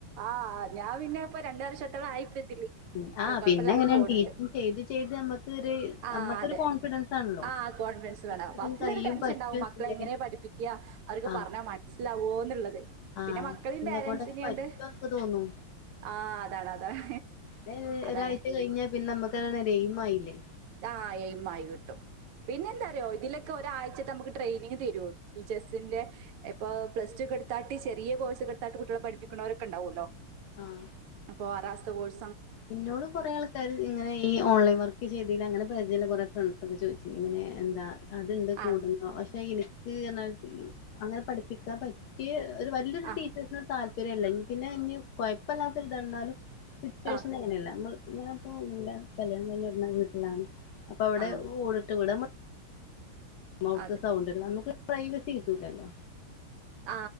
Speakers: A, on the right; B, on the left.
A: ആഹ് ഞാൻ വിന്നെ ഇപ്പൊ രണ്ട് വർഷത്തൊള ആയിട്ട് തില്ലി
B: ഉം ആഹ്
A: എ കൊഴപ്പല്ലതെ
B: പിന്നെ അങ്ങനെ
A: പോണ്
B: ടീച്ചിങ്
A: ണ്ട്
B: ചെയ്ത് ചെയ്ത് നമ്മക്കൊരു
A: ആ
B: നമ്മക്കൊരു
A: അതെ
B: കോൺഫിഡൻസ് ആണല്ലോ
A: ആ കോൺഫിഡൻസ് വേണം.
B: ഇതിന്
A: ഫസ്റ്റിലൊരു
B: കഴിയും
A: ടെൻഷൻ
B: പറ്റുംന്നില്ലേ
A: ഉണ്ടാവും മക്കളെ എങ്ങനെ പഠിപ്പിക്ക അവർക്ക്
B: ആഹ്
A: പറഞ്ഞാ മനസ്സിലാവോന്നുള്ളത്
B: ആഹ്
A: പിന്നെ മക്കളീം
B: ഇന്നെ
A: പോരൻറ്സിനെഅണ്ട്
B: കൊണ്ടൊക്കെ പറ്റുവോന്നൊക്കെ തോന്നും
A: ആഹ് അതാണ് അതാണ്
B: പിന്നെ
A: അതാണ്
B: ഒരാഴ്ച കഴിഞ്ഞാ പിന്നെ നമ്മക്കതൊരു എയിമായില്ലേ
A: ആ യെയ്മായികിട്ടും പിന്നെ എന്താ അറിയോ ഇതില് ക് ഒരാഴ്ച്ചത്തെ മുക്ക് ട്രെയിനിങ് തരോല് ടീച്ചഴസിന്റെ എപ് പ പ്ലസ്ടുക്കെട്ത്താട്ട് ചെറിയ കോഴ്സ്ക്കെടുത്തട്ട് കുട്ട്യാളെപഠിപ്പിക്കുണോരെ ക്കെണ്ടാവൂല്ലോ
B: ആഹ്
A: അപ്പൊ വരാസ് ത വോയ്സ്
B: ഇന്നോട് കുറെേ ആൾക്കാര് ഇങ്ങനെ ഈ ഓൺലൈൻ വർക്ക് ചെയ്തിൽ അങ്ങനെ പരിചയ കുറെേ ഫ്രണ്ട്സ് ഒക്കെ ചോദിച്ചു ഇങ്ങനെ എന്താ അത്ണ്ട് കൂടുന്നൊ
A: ആ
B: പക്ഷെ ഇനി ഈ എന്നാൽ ഫി അങ്ങനെ പഠിപ്പിക്കാൻ പറ്റി ഒരു വല്യോരു
A: ആ
B: ടീേചേസിന് താല് രല്ല ഇ പിന്നെ ഇനി കുഴപ്പല്ലാത്തരിതണ്ണാലും റ്റുവേഷൻ
A: ആ
B: അങ്ങനെയല്ല ന്നാ ഞാൻപ്പോ ഇന്റെ കല്യാണം കഴിഞൊട്ന്ന വീട്ടിലാണ് അപ്പൊ അവിടെ
A: ആ
B: ഓടിട്ട വിട അമ് മൗത്ത്
A: അതെ
B: സൗണ്ട് നമുക് പ്രൈവസി കിട്ടൂലല്ലോ
A: ആ